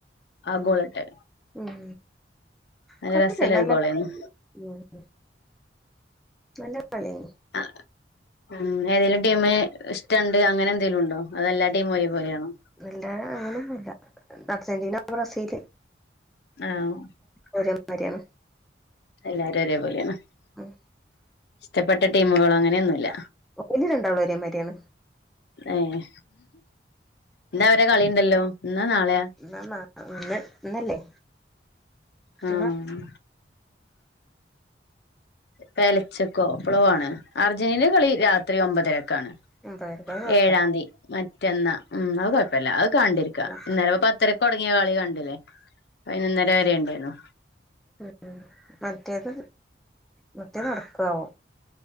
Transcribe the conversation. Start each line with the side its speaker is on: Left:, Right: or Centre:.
Left: ആ ഗോളിട്ടെ
Centre: ഉം
Left: നല്ല
Centre: കൊയപ്പല്ല
Left: രസല്ല
Centre: നല്ല
Left: ഒരു ഗോളായിരുന്നു
Centre: കളിയെന്നു ഉം നല്ല കളിയനു
Left: ആഹ് ഉം ഏതേലും ടീമ് ഇഷ് ട്ടംണ്ട് അങ്ങനെന്തേലും ഉണ്ടോ അതോ എല്ലാ ടീമും ഒരേപോലെയാണോ
Centre: ഇല്ലാ അങ്ങനൊന്നുംഇല്ല അർജന്റീന, ബ്രസീല്,
Left: ആഹ്
Centre: ഒരേ മാര്യാണ്
Left: എല്ലാരും ഒരേപോലേണ്
Centre: ഉം
Left: ഇഷ്ടപ്പെട്ട ടീമുകളോ അങ്ങനെയൊന്നുംല്ല
Centre: ഒക്കെനി രണ്ടാളും ഒരേ മാരിആണ്
Left: ഏഹ് ഇന്നാ അവരെ കളിണ്ടല്ലോ ഇന്നാ നാളെയാ
Centre: ഇന്നാ നാ ഇന്ന് ഇന്നല്ലേ
Left: ആഹ്
Centre: ഇന്നാ
Left: ആഹ് പെലച്ച്ക്കോ എപ്ലോ ആണ് അർജന്റീനേ കളി രാത്രി ഒമ്പതരക്കാണ്
Centre: വെറുതെ
Left: ഏഴാന്തി
Centre: കൊഴപ്പല്ല
Left: മറ്റന്നാ ഉം ഔ കൊഴപ്പല്ല അത് കണ്ടിരിക്ക
Centre: അല്ല
Left: ഇന്നലെപ്പോ പ ത്തരക്ക് തോടങ്ങ്യ കളി കണ്ടില്ലേ പൈനൊന്നര വെരെണ്ടേന്നു
Centre: ഉം ഉം മറ്റേത് മറ്റേത് നടക്കാവോ